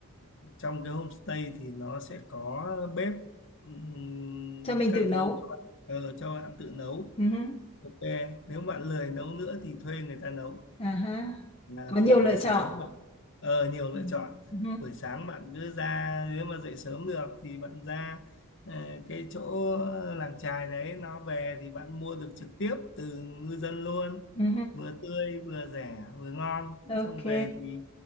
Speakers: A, on the left (about 60°); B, on the left (about 25°).
A: à, trong cái homestay thì nó sẽ có bếp ừm,
B: cho mình
A: các
B: tự nấu
A: thứ cho bạn ờ, cho bạn tự nấu
B: ừ hứ.
A: ok nếu bạn lười nấu nữa thì thuê người ta nấu
B: À ha,
A: À,
B: có nhiều
A: thì buổi
B: lựa
A: sáng
B: chọn.
A: bạn ờ, nhiều lựa
B: Ừ.
A: chọn
B: Ừ.
A: buổi sáng bạn cứ ra nếu mà dậy sớm được thì bạn ra ờ, cái chỗ làng chài đấy nó về thì bạn mua được trực tiếp từ ngư dân luôn
B: Ừ.
A: vừa tươi vừa rẻ vừa ngon
B: Ok.
A: xong về thì